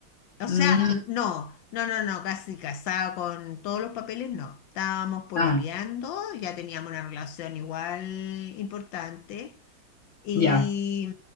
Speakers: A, on the left; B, on the left.
A: O
B: Mm,
A: sea, no, no, no, no, casi casada con todos los papeles, no. Estábamos pololeando,
B: ah,
A: ya teníamos una relación igual importante. Y,
B: ya,